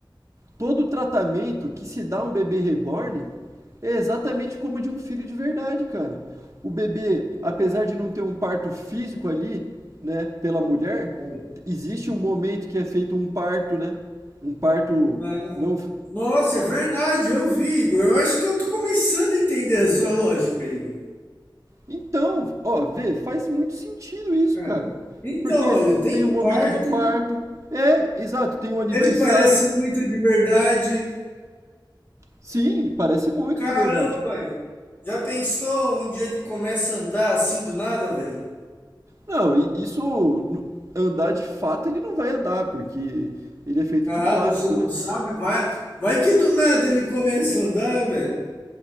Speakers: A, on the right; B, on the left.
A: Todo tratamento que se dá a um bebê reborn é exatamente como de um filho de verdade, cara. O bebê, apesar de não ter um parto físico ali, né, pela mulher,
B: é.
A: existe um momento que é feito um parto, né? Um parto
B: Ah,
A: não. f-
B: Nossa, é verdade, eu vi, Igor. Eu acho que eu tô começando a entender a sua lógica, Igor.
A: Então, ó, vê, faz muito sentido isso,
B: É.
A: cara.
B: Então,
A: Porque
B: olha, tem
A: tem o momento
B: parto,
A: do parto. É, exato, tem o aniversário.
B: ele parece muito de verdade.
A: Sim, parece muito
B: Caramba,
A: de verdade.
B: Igor. já pensou um dia ele começa a andar assim do nada, velho?
A: Não, e isso n- andar de fato ele não vai andar, porque ele é feito
B: Ah,
A: de plástico,
B: você não
A: né?
B: sabe? Vai, vai que do nada ele começa a andar, velho.